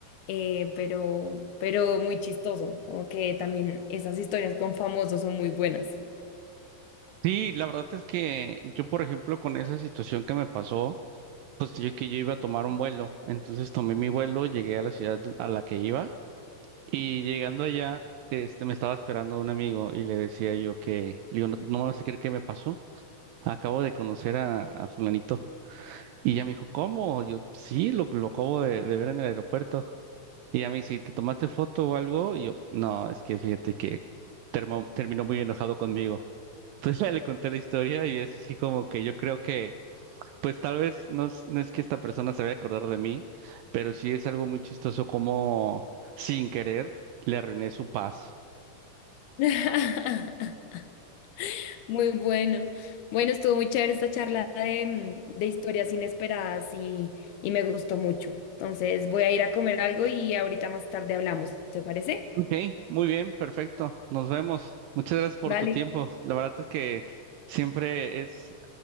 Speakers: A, on the left (about 75°); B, on the right (about 80°).
A: eh, pero, pero muy chistoso, como que también esas historias con famosos son muy buenas.
B: Sí, la verdad es que yo, por ejemplo, con esa situación que me pasó, pues yo que yo iba a tomar un vuelo. Entonces tomé mi vuelo, llegué a la ciudad a la que iba y llegando allá, este, me estaba esperando un amigo y le decía yo que, le digo, no, no me vas a creer qué me pasó. Acabo de conocer a, a fulanito Y ya me dijo, ¿cómo? Yo, sí, lo, lo acabo de, de ver en el aeropuerto. Y ya me dice, ¿te tomaste foto o algo? Y yo, no, es que fíjate que termo- terminó muy enojado conmigo. <laughs> Entonces ya le conté la historia y es así como que yo creo que, pues tal vez no es, no es que esta persona se vaya a acordar de mí, pero sí es algo muy chistoso como sin querer le arruiné su paz.
A: <laughs> Muy bueno. Bueno, estuvo muy chévere esta charla de, mm, de historias inesperadas y, y me gustó mucho. Entonces voy a ir a comer algo y ahorita más tarde hablamos, ¿te parece?
B: Ok, muy bien, perfecto. Nos vemos. Muchas gracias por
A: Vale.
B: tu tiempo. La verdad es que siempre es